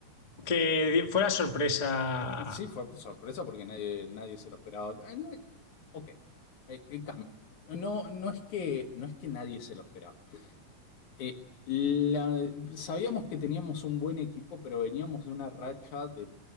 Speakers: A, on the left; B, on the left.
A: que di- fue la sorpresa.
B: sí, fue sorpresa porque nadie, nadie se lo esperaba. Eh, no, ok, Eh, eh, cam- no, no es que, no es que nadie se lo esperaba. Eh, la- sabíamos que teníamos un buen equipo, pero veníamos de una racha de,